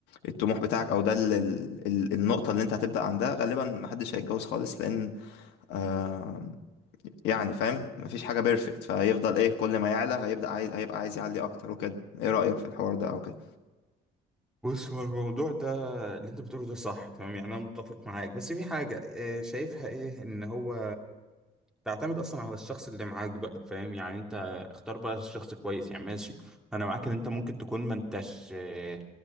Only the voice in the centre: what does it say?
بص هو الموضوع ده اللي انت بتقوله ده صح تمام يعني انا متفق معاك بس في حاجة آه، شايفها ايه ان هو تعتمد اصلا على الشخص اللي معاك بقى فاهم يعني انت اختار بقى الشخص كويس يعني ماشي انا معاك ان انت ممكن تكون ما انتش آه،